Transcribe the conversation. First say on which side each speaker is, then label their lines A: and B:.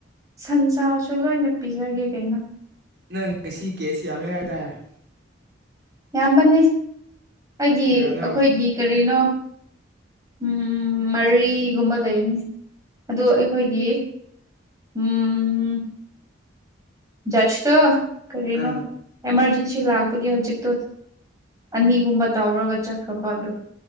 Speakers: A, on the right; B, on the right.
A: ꯁꯟꯁꯥꯁꯨ ꯂꯣꯏꯅ ꯄꯤꯖꯒꯦ ꯀꯩꯅꯣ꯫
B: ꯅꯪ ꯉꯁꯤ ꯀꯦꯁ ꯌꯥꯝꯃꯦ ꯍꯥꯏꯗ
A: ꯌꯥꯝꯕꯅꯦ ꯑꯩꯒꯤ
B: ꯀꯌꯥꯅꯣ
A: ꯑꯩꯈꯣꯏꯒꯤ ꯀꯔꯤꯅꯣ ꯎꯝ ꯃꯔꯤꯒꯨꯝꯕ ꯂꯩꯕꯅꯤ ꯑꯗꯨ ꯑꯩꯈꯣꯏꯒꯤ ꯎꯝ ꯖ꯭ꯆꯇꯣ ꯀꯔꯤꯅꯣ
B: ꯑꯥ
A: ꯑꯦꯃꯥꯔꯖꯦꯟꯁꯤ ꯂꯥꯛꯄꯒꯤ ꯍꯧꯖꯤꯛꯇꯣ ꯑꯅꯤꯒꯨꯝꯕ ꯇꯧꯔꯒ ꯆꯠꯈ꯭ꯔꯕ ꯑꯗꯣ